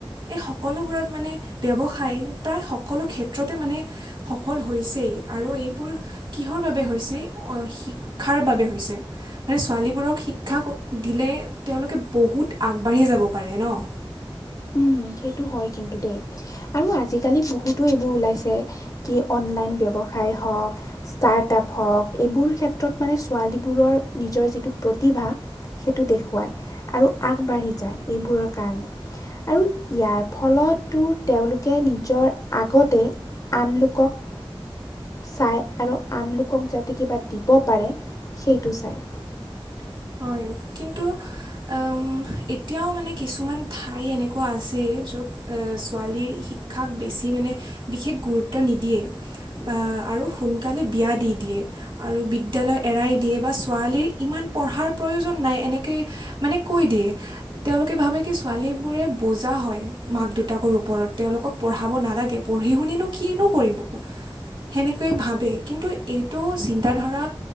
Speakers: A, on the right (about 60°); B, on the left (about 40°).
A: এই সকলোবোৰত মানে ব্যৱসায় প্ৰায় সকলো ক্ষেত্ৰতে মানে সফল হৈছেই। আৰু এইবোৰ কিহৰ বাবে হৈছে অ' শিক্ষাৰ বাবে হৈছে মানে ছোৱালীবোৰক শিক্ষা দিলে তেওঁলোকে বহুত আগবাঢ়ি যাব পাৰে ন'।
B: উম, সেইটো হয় কিন্তু দেই আৰু আজিকালি বহুতো এইবোৰ ওলাইছে কি অনলাইন ব্যৱস সায় হওঁক, ষ্টাৰ্টআপ হওঁক এইবোৰ ক্ষেত্ৰত মানে ছোৱালীবোৰৰ নিজৰ যিটো প্ৰতিভা সেইটো দেখুৱায় আৰু আগবাঢ়ি যায় এইবোৰৰ কাৰণে। আৰু ইয়াৰ ফলতো তেওঁলোকে নিজৰ আগতে আন লোকক চাই আৰু আন লোকক যাতে কিবা দিব পাৰে সেইটো চাই।
A: <inaudible> হয় কি কিন্তু অ'ম, এতিয়াও মানে কিছুমান ঠাই এনেকুৱা আছে য'ত অ' ছোৱালীৰ শিক্ষাক বেছি মানে বিশেষ গুৰুত্ব নিদিয়ে। বা আৰু সোনকালে বিয়া দি দিয়ে আৰু বিদ্যালয় এৰাই দিয়ে বা ছোৱালীৰ ইমান পঢ়াৰ প্ৰয়োজন নাই এনেকৈ মানে কৈ দিয়ে, তেওঁলোকে ভাবে কি ছোৱালীবোৰে বোজা হয়, মাক দেউতাকৰ ওপৰত তেওঁলোকক পঢ়াব নালাগে, পঢ়ি শুনিনো কিনো কৰিব। সেনেকৈয়ে ভাবে কিন্তু এইটো চিন্তাধাৰা